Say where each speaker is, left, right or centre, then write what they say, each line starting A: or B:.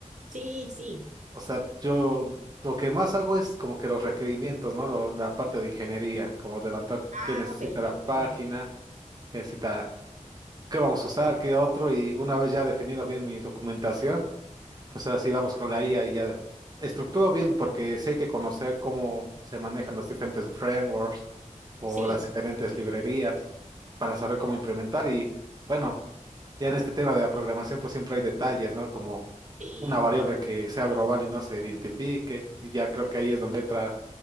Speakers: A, on the right; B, on the right.
A: sí, sí.
B: O sea, yo lo que más hago es como que los requerimientos, ¿no? Lo- la parte de ingeniería, como levantar
A: Ah,
B: qué necesita
A: perfecto.
B: la página, qué necesita, qué vamos a usar, qué otro, y una vez ya definido bien mi documentación. Pues ahora sí vamos con la IA y ya estructuro bien porque sí hay que conocer cómo se manejan los diferentes frameworks o
A: Sí,
B: las diferentes librerías para saber cómo implementar y bueno, ya en este tema de la programación pues siempre hay detalles, ¿no? Como
A: sí,
B: una variable que sea global y no se identifique y ya creo que ahí es donde entra